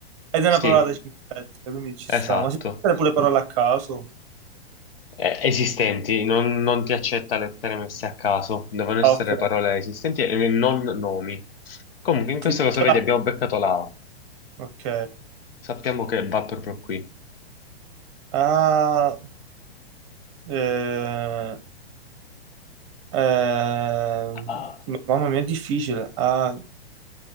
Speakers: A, on the right (about 25°); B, on the left (about 60°).
A: ed è
B: Sì,
A: una parola da 5 lettere, quindi ci
B: esatto.
A: sta. Ma si può mettere pure parole a caso?
B: Eh, esistenti, non, non ti accetta lettere messe a caso, devono essere
A: Ah, ok,
B: parole esistenti e non nomi. Comunque, in questo
A: quindi
B: caso,
A: ce
B: vedi,
A: l'ha.
B: abbiamo beccato la A.
A: Ok.
B: Sappiamo che va proprio qui.
A: Ah, eh, ehm,
B: Ah.
A: mamma mia, è difficile. Ah,